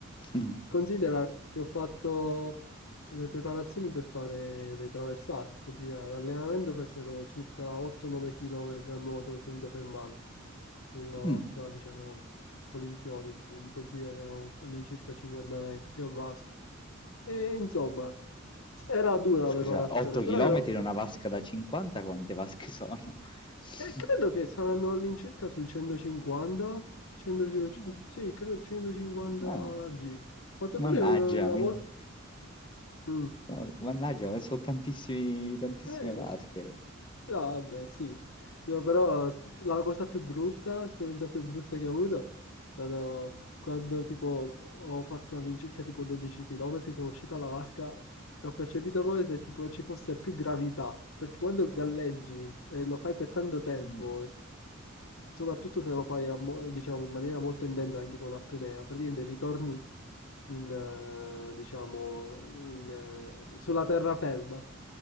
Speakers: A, on the left; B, on the left.
A: Mm.
B: Considera che ho fatto le preparazioni per fare le traversate, così all'allenamento facevo circa 8-9 km a nuoto senza fermarmi, su una vasca,
A: Mm.
B: diciamo, olimpionica, quindi considera che erano all'incirca 50 metri, più a vasca. E insomma, era dura
A: Scusa,
B: la preparazione,
A: 8
B: però
A: km
B: ero...
A: in una vasca da 50, quante vasche sono? <laughs>
B: e credo che saranno all'incirca sui 150, 100,
A: Oh,
B: sì, credo 150
A: vabbè.
B: giri. Ho fatto
A: Mannaggia,
B: pure una, una
A: minchia.
B: volta... Mm.
A: No, mannaggia, ho messo tantissimi, tantissime
B: Eh,
A: vasche.
B: no, vabbè, sì. No, però s- la cosa più brutta, l'esperienza più brutta che ho avuto è stato quando tipo ho fatto all'incirca tipo 12 km, sono uscito dalla vasca e ho percepito come se tipo ci fosse più gravità, perché quando galleggi e lo fai per tanto tempo
A: Mm.
B: soprattutto se lo fai a mo- diciamo, in maniera molto intensa anche con apnea, praticamente ritorni in, eh, diciamo, in, eh, sulla terraferma. A